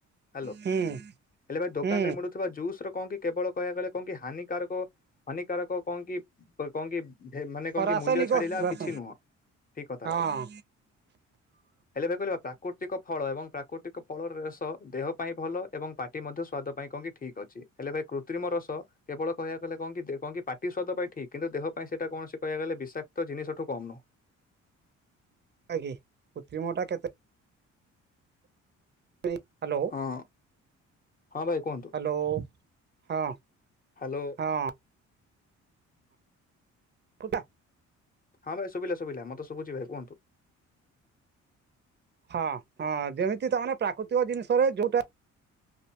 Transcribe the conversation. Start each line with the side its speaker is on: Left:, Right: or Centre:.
Left: ହ୍ୟାଲୋ!
Right: ହୁଁ
Left: ହେଲେ ଭାଇ ଦୋକାନ
Right: ହୁଁ
Left: ରେ ମିଳୁଥିବା, ଜୁସ ର କଣ କି କେବଳ କହିବାକୁ ଗଲେ, କଣ କି ହାନିକାରକ! ହାନିକାରକ କଣ କି? ବ୍ କଣ କି? ବ ମାନେ
Right: ହଁ
Left: କଣ
Right: ରାସାୟନିକ
Left: କି? ମୂଲ୍ୟ ଛାଡିଲେ ଆଉ
Right: ରାସ
Left: କିଛି ନୁହଁ। ଠିକ୍ କଥା
Right: ହଁ
Left: ଭାଇ ହେଲେ ଭାଇ କହିଲେ ବା ପ୍ରାକୃତିକ! ଫଳ ଏବଂ ପ୍ରାକୃତିକ ଫଳର ରସ ଦେହ ପାଇଁ ଭଲ, ଏବଂ ପାଟି ମଧ୍ୟ ସ୍ଵାଦ ପାଇଁ କଣକି ଠିକ୍ ଅଛି। ହେଲେ ଭାଇ କୃତ୍ରିମ ରସ କେବଳ କହିବା କଲେ, କଁ କି କଁ କି ପାଟି ସ୍ୱାଦ ପାଇଁଠିକ୍। କିନ୍ତୁ ଦେହ ପାଇଁ ସେଟା କୌଣସି କହିବାକୁ ଗଲେ, ବିଷାକ୍ତ ଜିନିଷଠୁ କମ୍ ନୁହଁ।
Right: ଆଗେ, କୃତ୍ରିମଟା କେତେ ମାନେ ହ୍ୟାଲୋ!
Left: ହଁ ହଁ ଭାଇ କୁହନ୍ତୁ
Right: ହ୍ୟାଲୋ! ହଁ
Left: ହ୍ୟାଲୋ
Right: ହଁ। ଫୁଟା।
Left: ହଁ ଭାଇ ଶୁଭିଲା ଶୁଭିଲା, ମତେ ଶୁଭୁଛି ଭାଇ କୁହନ୍ତୁ।
Right: ହଁ ହଁ ଯେମିତି ତାମାନେ, ପ୍ରାକୃତିକ ଜିନିଷରେ ଯୋଉଟା